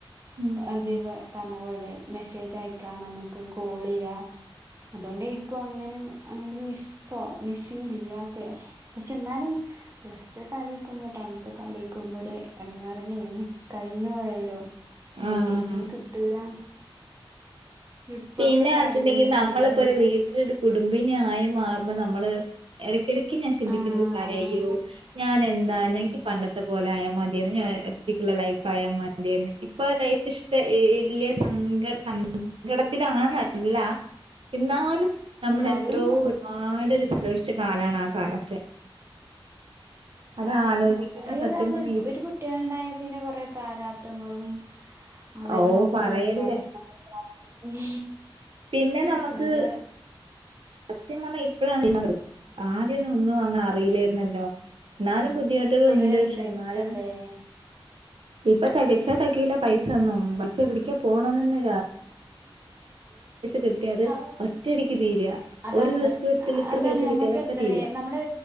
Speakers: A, on the right; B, on the right.
A: ഉം
B: അതിപ പറഞ്ഞ പോലെ മെസ്സേജയക്കാ നമുക്ക് കോളെയ്യാ അതോണ്ടേരിക്കും അങ്ങനെ അങ്ങനെ മിസ്പ്പൊ മിസ്സിങ് ഇല്ലാത്തെ പക്ഷെ ന്നാലും പ്ലസ് ടു ഒക്കെ ആലോയ്ക്കുമ്പോ ടെൻത്തൊക്കാലോയ്ക്കുമ്പോ ഒര് എടങ്ങേറെന്നേണ് കയ്ഞ് പോയല്ലോ അ
A: ആഹ്
B: ഒക്കെനി കിട്ടൂല ട്രിപ്പൊക്കെ
A: പിന്നെ
B: അടിപൊളിയായിരിക്കുംല്ലേ
A: ർഞ്ട്ട്ണ്ടെങ്കില് നമ്മള്പ്പൊരു വീട്ടില് ട് കുടുംബിനിയായി മാറുമ്പോ നമ്മള് എടയ്ക്കെടയ്ക്ക് ഞാൻ ചിന്തി
B: ആഹ്
A: ന്ത് കാര്യാ യ്യോ ഞാനെന്താ എനിക്ക് പണ്ട ണ്ടത്തെ പോലായാ മത്യേന്നു ഞാ ഒറ്റക്ക്ള്ള ലൈഫായാ മത്യേന്ന് ഇപ്പൊ ലൈഫ് ഇഷ്ട ഈ ഇല്ല സങ്കടാന്ന് ങ്കടത്തിലാന്നല്ല ഇന്നാലും നമ്മളെത്രൊ
B: എന്നാലും
A: ഒരുപാടൊര് സന്തോഷിച്ച കാലാണ് ആ കാലൊക്കെ അത്
B: ഉം
A: ആലോചിക്കുമ്പോ
B: ഏതാത്
A: സത്യം പറഞ്ഞ
B: ഒരു കുട്ട്യോള്ണ്ടായാ പിന്നെ കൊറെ പ്രാരാപ് തങ്ങളും അവരെ
A: ഓ
B: നോക്കലും
A: പറയല്ലേ
B: കാര്യ ഉം
A: പിന്നെ നമുക്ക്
B: നല്ല
A: സത്യം പറഞ്ഞാൽ ഇപ്പോഴാണ് <unintelligible> ആദ്യന്നും ഒന്നും അങ്ങ് അറിയില്ലേ ന്നല്ലോ എന്നാലും ബുദ്ധിമുട്ടുകള്ണ്ട്
B: ഫുള്ളൊരു എൻജോയ്മെന്റ്
A: പക്ഷെന്നാലും
B: അല്ലേ
A: ഇപ്പൊ തെകച്ചാ തെകയൂല പൈസന്നും പക്ഷെ എവിടക്ക പോണന്നന്നെ കിട്ടിയ അത്
B: ആ
A: ഒറ്റയടിക്ക് തീരുക
B: അതാ
A: ഒരു ദിവസത്തിൽ ഇത്ര
B: അതാണ്
A: പൈസ
B: ഞമ്മക്ക്
A: കിട്ടിയ അതൊക്കെ
B: എത്ര
A: തീരുക
B: നമ്മള്